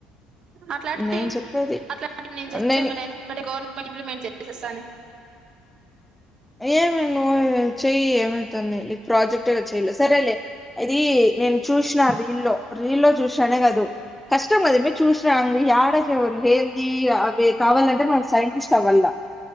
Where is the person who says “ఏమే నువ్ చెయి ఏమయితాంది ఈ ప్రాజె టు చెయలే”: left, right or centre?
Centre